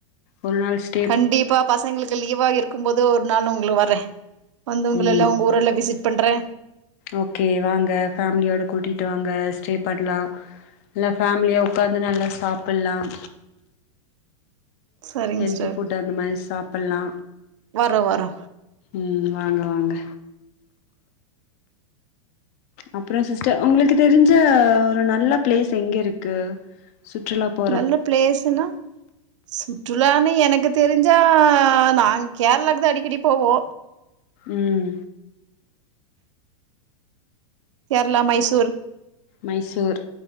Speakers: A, on the left (about 25°); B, on the right (about 60°).
A: ஒரு நாள் ஸ்
B: கண்டிப்பா பசங்களுக்கு லீவா இருக்கும் போது ஒரு நாள் உங்ளு வரே வந்து உங்கல்லாம்
A: ம்
B: உங்க ஊரல்லா விசிட் பண்றே
A: ஓகே வாங்க ஃபேமிலியோட கூட்டிட்டு வாங்க ஸ்டே பண்லா எல்லா ஃபேமிலியா உக்காந்து நல்லா சாப்பலாம்
B: சரிங்க
A: ஹெல்தி
B: சிஸ்டர்
A: ஃபுட் அந்த மாறி சாப்ட்லா
B: வரோ வரோ
A: உம் வாங்க வாங்க அப்ற சிஸ்டர் உங்களுக்கு தெரிஞ்ச ஒரு நல்ல பிளேஸ் எங்க இருக்கு சுற்றுலாப் ப
B: நல்ல பிளேஸ்னா சுற்றுலான்னு எனக்கு தெரிஞ்சா நாங்க கேரளாக்கு தா அடிக்கடி போவோ
A: உம்
B: கேரளா மைசூர்
A: மைசூர்